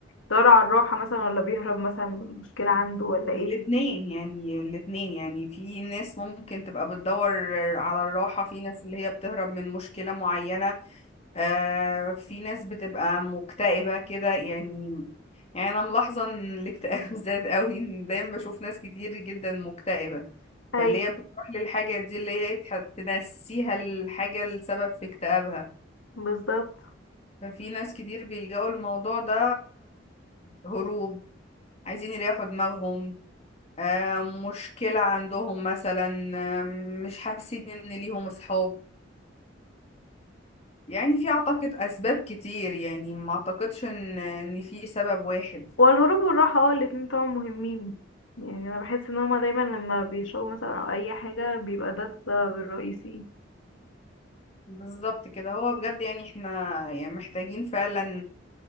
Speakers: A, on the left; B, on the left.
A: بيدور على الراحة مثلا ولا بيهرب مثلا من مشكلة عنده ولا
B: الاتنين
A: ايه
B: يعني الاتنين يعني في ناس ممكن تبقى بتدور على الراحة في ناس اللي هي بتهرب من مشكلة معينة آه في ناس بتبقى مكتئبة كده يعني يعني أنا ملاحظة إن الاكتئاب <laughs> زاد قوي إن دايما بشوف ناس كتير جدا مكتئبة
A: ايوه
B: فاللي هي بتروح للحاجة دي اللي هي تح- تنسيها الحاجة السبب في اكتئابها
A: بالظبط
B: ففي ناس كتير بيلجأوا الموضوع ده هروب عايزين يريحوا دماغهم آه مشكلة عندهم مثلا آه مش حاسين إن ليهم أصحاب يعني في أعتقد أسباب كتير يعني ما أعتقدش إن إن في سبب واحد
A: هو الهروب والراحة اه الاتنين طبعا مهمين يعني انا بحس ان هما دايما لما بيشربوا مثلا او اي حاجة بيبقى ده السبب الرئيسي
B: بالظبط كده هو بجد يعني احنا يعني محتاجين فعلا